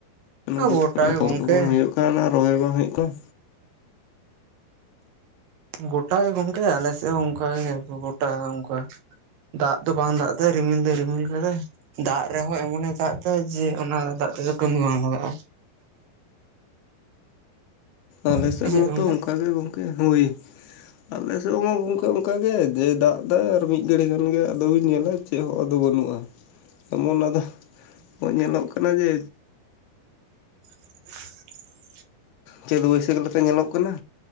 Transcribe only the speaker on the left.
ᱚᱱᱟ ᱵᱟᱹᱫᱽ
<inaudible> ᱵᱟᱝ ᱦᱩᱭᱩᱜ ᱠᱟᱱᱟ ᱨᱚᱦᱚᱭ ᱦᱚᱸ ᱵᱟᱝ ᱦᱩᱭᱩᱜ ᱠᱟᱱ
ᱟᱞᱮ
ᱥᱮᱫ
ᱢᱟᱛᱚ
ᱚᱱᱠᱟᱜ
ᱜᱮ ᱜᱚᱝᱠᱮ ᱦᱳᱭ, ᱟᱞᱮ ᱥᱮᱫ ᱢᱟ ᱜᱚᱢᱠᱮ ᱚᱱᱠᱟ ᱜᱮ ᱡᱮ ᱫᱟᱜ ᱫᱟ ᱟᱨ ᱢᱤᱫ ᱜᱷᱟᱹᱲᱤᱡ ᱠᱟᱱᱜᱮ ᱟᱫᱚ ᱵᱤᱧ ᱧᱮᱞᱟ ᱪᱮᱫ ᱦᱚᱸ ᱟᱫᱚ ᱵᱟᱹᱱᱩᱜ-ᱟ ᱮᱢᱚᱱ ᱟᱫᱚ ᱧᱮᱞᱚᱜ ᱠᱟᱱᱟ ᱡᱮ
ᱪᱟᱹᱛ ᱵᱟᱹᱭᱥᱟᱹᱠᱷ ᱞᱮᱠᱟ ᱧᱮᱞᱚᱜ ᱠᱟᱱᱟ